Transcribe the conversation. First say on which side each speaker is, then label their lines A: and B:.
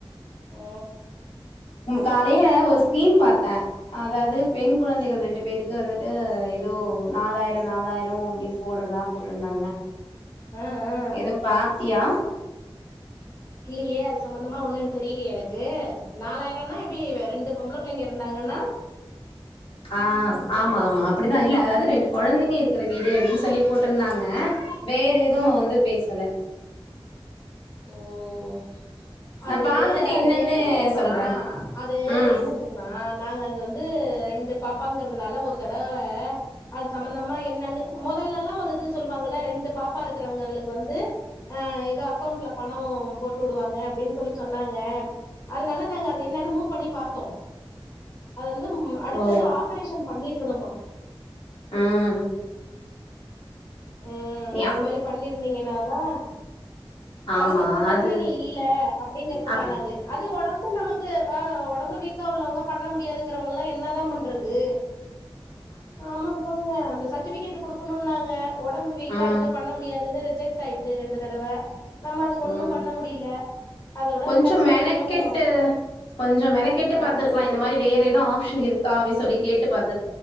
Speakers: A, on the left (about 35°); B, on the left (about 70°).
A: ம்
B: காலைல ஒரு ஸ்கீம் பாத்த அதாது பெண் குழந்தைகள் ரெண்டு பேருக்கு வந்துட்டு ஏதோ நாலாயிர நாலாயிர அப்டின் போடுறதா போட்ருந்தாங்க
A: ஆ ஆ
B: எதும் பாத்தியா
A: இல்லியே அது சம்பந்தமா ஒன்னு தெரிலியே எனக்கு நாலாயிரனா எப்டி ரெண்டு பொம்பளை பிள்ளைங்க இருந்தாங்கன்னா
B: ஆ ஆமா ஆமா அப்டிதா இல்ல அதாது ரெண்டு கொழந்தைங்க இருக்கிற வீடு அப்டின்னு சொல்லி போட்ருந்தாங்க வேற எது வந்து பேசல
A: ஓ
B: நா
A: அது
B: பாத்துட்டு என்னன்னு
A: அது எப்டி தெரிமா
B: சொல்றே
A: அது
B: ம்
A: என்ன தெரிமா நாங்க அது வந்து ரெண்டு பாப்பாங்கறதுனால ஒரு தட அது சம்பந்தமா என்னான்ன மொதலலா ஒரு இது சொல்லுவாங்கள ரெண்டு ப்பா இருக்குறவங்களுக்கு வந்து அ, ஏதோ அக்கோண்ட்ல பணம் போட்டு வுடுவாங்க அப்டின்னு சொல்லி சொன்னாங்க அதனால நாங்க அத என்னன்னு மூவ் பண்ணி பாத்தோ அது வந்து அடுத்தது
B: ஓ
A: ஆப்ரேஷன் பண்ணிர்க்குணுமா
B: ம்
A: ம்
B: நீ
A: அது
B: அப்
A: மாரி பண்ணிருந்தீங்கனா தா
B: ஆமா
A: அதுக்கப்றோ ககொழந்தைங்க
B: அது
A: இல்ல அப்டிங்கறதுக்கானது
B: அப்
A: அது ஒடம்பு நமக்கு ஆ உடம்பு வீக் கா உள்ளவ்ங்க பண்ண முடியாதுங்குறவங்கல்லா என்ன தா பண்றது ஆமா போங்க இந்த சர்டிவிகேட்டு குடுக்குணுன்னாங்க ஒடம்பு வீக்கா
B: ம்
A: இருக்கு பண்ண முடியாதுனு ஜெக்ட் அயிடு ரெண்டு தடவ அதுக்கு
B: ம்
A: ஒண்ணும் பண்ண முடியல. அதோட
B: கொஞ்ச
A: விட்டாச்சு.
B: மெனக்கெட்டு
A: அது ஒண்ணும்
B: கொஞ்ச மெனக்கெட்டு
A: ஆ
B: பாத்துருக்கலா இந்த மாரி வேற எது ஆப்ஷன் இருக்கா அப்டி சொல்லி கேட்டு பாத்